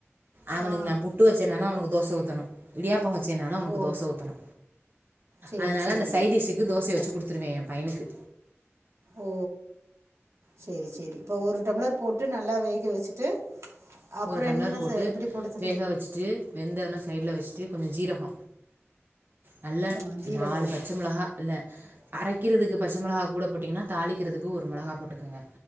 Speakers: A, on the right (about 50°); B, on the right (about 85°).
A: அவனுக்கு
B: ஆ
A: நா புட்டு வச்சேனாலும் அவனுக்கு தோச ணும் இடியாப்பொ சின்னால அவனுக்கு
B: ஓ
A: தோச ஊத்தணு
B: சரி
A: அதனால
B: சரி
A: அந்த சைடிஸ்க்கு தோசய வச்சு த்துருவேன் எ பையனுக்கு
B: ஓ சேரி சேரி இப்ப ஒரு டம்ளர் போட் ட்டு நல்லா வேக வச்சுட்டு அப்புறம்
A: ஒரு டம்ளர்
B: என்னென்ன
A: போட்டு
B: செ- எப்படி தள்ளி
A: வேக வச்சுட்டு வெந்தொன சைட்ல வச்சுட்டு கொஞ்ச ஜீரக நல்ல
B: ஆ ஜீரகம்
A: நாலு பச்ச மொளகா இல்ல அரக்கிறதுக்கு பச்ச மிளகா கூட போட்டீங்கன்னா தாளிக்கிறதுக்கு ஒரு மிளகா போட்டுக்கங்க